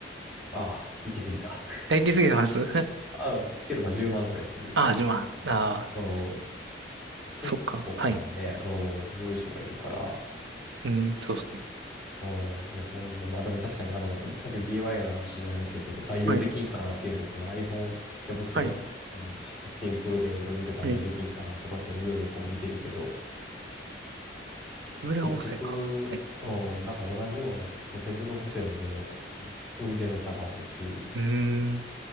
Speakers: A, in the centre; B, on the right.
A: ああ、行き過ぎた。<laughs>
B: え、行き過ぎてます <laughs>
A: ああ、けどまあ10万くらいする
B: あー、10万。あー、
A: よ。うん、結構まあね、
B: そっか。はい。
A: うん、用意書がいるから、
B: うん、そうですね。
A: うん。で、そんなんで、まあでも確かにあの、さっきの DIY の話じゃないけど、代用できんかなっていうんで、
B: はい、
A: この iPhone 手持ちの、
B: はい、
A: あの、16 Pro でどうにか代用できんかなとかっていうのいろいろこう見てるけど、
B: はい、はい。手ぶら補正か。
A: 結局、
B: はい。
A: うん、なんか同じような、そう、手ブロ補正も全然やっぱ、運転の差があるし、
B: うーん、